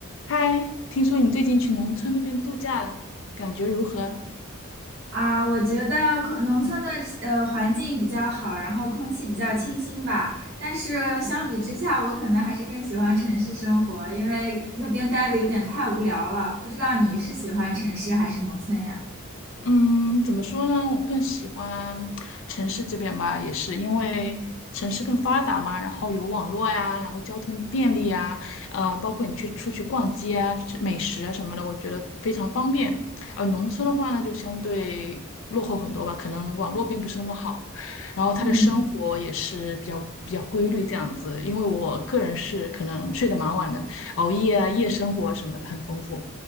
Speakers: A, on the left; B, on the right.
A: 嗨，听说你最近去农村那边度假了，感觉如何？
B: 啊，我觉得空农村的呃环境比较好，然后空气比较清新吧。但是相比之下，我可能还是更喜欢城市生活，因为那边待的有点太无聊了。不知道你是喜欢城市还是农村呀？
A: 嗯，怎么说呢？我更喜欢城市这边吧，也是因为城市更发达嘛，然后有网络呀，然后交通便利呀，呃，包括你去出去逛街啊、吃美食啊什么的，我觉得非常方便。呃，农村的话呢，就相对落后很多吧，可能网络并不是那么好，然后他的生活也是比较比较规律这样子。
B: 嗯，
A: 因为我个人是可能睡得蛮晚的，熬夜啊、夜生活什么的很丰富。